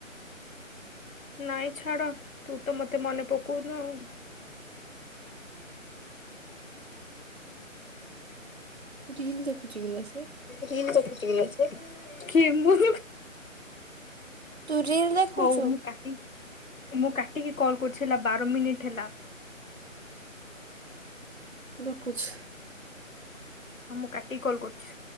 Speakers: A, on the left (about 75°); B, on the right (about 50°).
A: ନାଇଁ ଛାଡ ତୁ ତ ମତେ ମନେ ପକଉନୁ ଆଉ
B: ରିଲ ଦେଖୁଚି କି ଲୋ ସେ?
A: ରୀଲ ଦେଖୁଚି କି ଲୋ ସେ କିଏ ମୁଁ
B: ତୁ ରିଲ ଦେଖୁଛୁ?
A: ହଉ ମୁଁ କାଟିି ମୁଁ କାଟିକି କଲ୍ କରୁଛି ହେଲା ବାର ମିନିଟ ହେଲା।
B: ରଖୁଛି।
A: ହଁ ମୁଁ କାଟିକି କଲ୍ କରୁଛି।